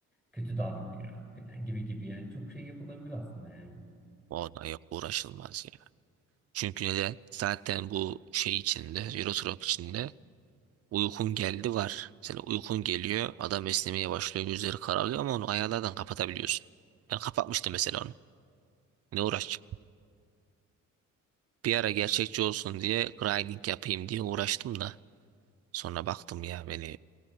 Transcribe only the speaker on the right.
O da yok uğraşılmaz ya. Çünkü neden? Zaten bu şey içinde, Euro Truck içinde uykun geldi var. Mesela uykun geliyor, adam esnemeye başlıyor, gözleri kararıyor ama onu ayarlardan kapatabiliyorsun. Ben kapatmıştım mesela onu. Ne uğraşacağım? Bir ara gerçekçi olsun diye grinding yapayım diye uğraştım da sonra baktım ya beni